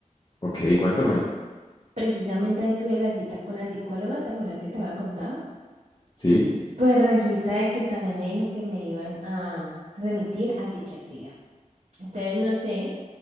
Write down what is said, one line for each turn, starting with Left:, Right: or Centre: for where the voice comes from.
Left: Ok, cuéntame.
Right: Precisamente ahí tuve la cita con la psicóloga, ¿te acuerdas que te había contado?
Left: Sí.
Right: Pues resulta de que también me dijo que me iban a remitir a psiquiatría. Entonces no sé